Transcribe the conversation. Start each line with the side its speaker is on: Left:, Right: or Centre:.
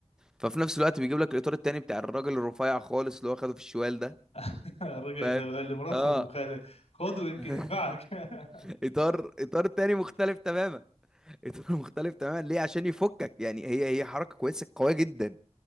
Centre: ففي نفس الوقت بيجيب لك الاطار التاني بتاع الراجل الرفيع خالص اللي هو خده في الشوال ده
Left: <laughs> الراجل
Centre: فاهم
Left: اللي اللي مراته
Centre: اه
Left: خد- خده يمكن
Centre: <laughs>
Left: ينفعك <laughs>
Centre: اطار اطار تاني مختلف تماما اطار <laughs> مختلف تماما ليه عشان يفكك يعني هي هي حركه كويسه قويه جدا